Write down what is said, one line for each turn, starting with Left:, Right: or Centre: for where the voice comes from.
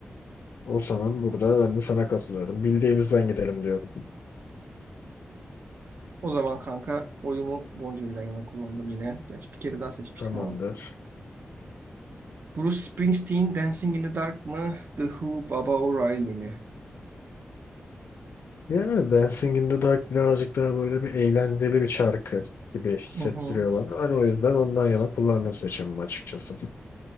Left: O zaman burada ben de sana katılıyorum. Bildiğimizden gidelim diyorum.
Right: O zaman kanka oyumu Bon Jovi'den yana kullandım yine. Gerçi bir kere daha seçmiştik
Left: Tamamdır.
Right: ama. Bruce Springsteen Dancing in the Dark mı? The Who Baba O'Reilly mi?
Left: Yani Dancing in the Dark birazcık daha böyle bir eğlenceli bir şarkı gibi hissettiriyor
Right: Hı hı.
Left: bana. Hani o yüzden ondan yana kullandım seçimimi açıkçası.